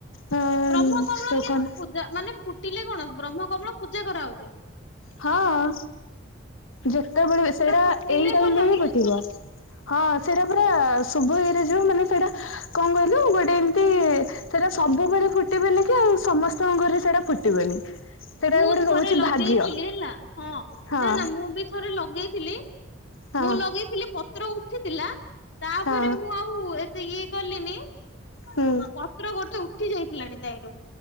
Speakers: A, on the left; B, on the left.
A: ହଁ
B: ବ୍ରହ୍ମ କମଳ
A: ସେ
B: କେମତି
A: କଣ
B: ପୂଜା ମାନେ ଫୁଟିଲେ କଣ ବ୍ରହ୍ମ କମଳ ପୂଜା କରାହଉଛି?
A: ହଁ ଯେତେବେଳେ
B: ହଁ
A: ବି
B: ସେଟା
A: ସେଇଟା
B: ଫୁଟିଲେ
A: ଏଇ ଟାଇମରେ
B: ଭଲ
A: ହିଁ
B: କି
A: ଫୁଟିବ। ହଁ ସେଇଟା ପୁରା ଶୁଭ ଇଏରେ ଯୋଉ ମାନେ ସେଇଟା କଣ କହିଲୁ ଗୋଟେ ଏମିତି ସେଟା ସବୁବେଳେ ଫୁଟିବେନି କି ଆଉ ସମସ୍ତଙ୍କ ଘରେ ସେଟା ଫୁଟିବେନି। ସେଟା
B: ମୁଁ
A: ଗୋଟେ
B: ଥରେ
A: ରହୁଛି
B: ଲଗେଇଥିଲି
A: ଭାଗ୍ୟ।
B: ହେଲା ହଁ
A: ହଁ
B: ନା ନା ମୁଁ ବି ଥରେ ଲଗେଇଥିଲି
A: ହଁ
B: ମୁଁ ଲଗେଇଥିଲି ପ ତ୍ର ଉଠିଥିଲା ତାପରେ
A: ହଁ
B: ମୁଁ ଆଉ ଏତେ ଇଏ କଲିନି
A: ହୁଁ
B: ପତ୍ର ଗୋଟେ ଉଠି ଯାଇଥିଲାଣି ତାଇରୁ